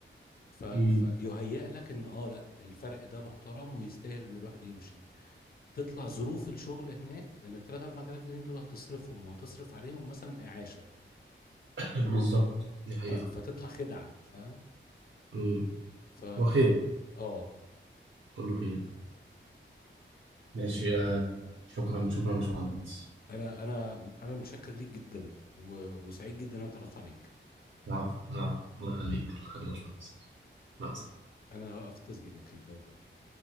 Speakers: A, on the left; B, on the right.
A: ف... فيهيأ
B: امم
A: لك ان اه لا الفرق ده محترم ويستاهل ان الواحد يمشي تطلع ظروف الشغل هناك ان ال 3 4000 جنيه دول هتصرفهم وهتصرف عليهم مثلا اعاشه
B: بالظبط <clears throat> دي حقيقة
A: ف... فتطلع خدعه فاهم
B: امم
A: ف
B: هو
A: ف
B: خير
A: اه
B: كله خير يعني. ماشي
A: آه،
B: آه، شكرا شكرا يا باشمهندس
A: انا انا انا متشكر ليك جدا و... وسعيد جدا ان انا اتعرفت عليك
B: العفو العفو الله يخليك الله يخليك يا باشمهندس مع السلامة.
A: انا هقف التسجيل اوكي باي باي